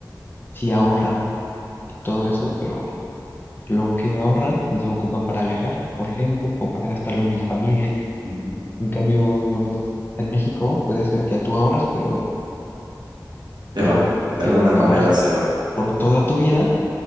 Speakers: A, on the left; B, on the right.
A: sí ahorran y todo eso, pero Lo que ahorran pues, lo ocupan para viajar, por ejemplo, o para gastarlo en la familia.
B: Mm.
A: En cambio, en México puede ser que tú ahorres, pero,
B: Se
A: pero
B: va, de
A: que
B: alguna manera
A: ahorres
B: se va.
A: por toda tu vida.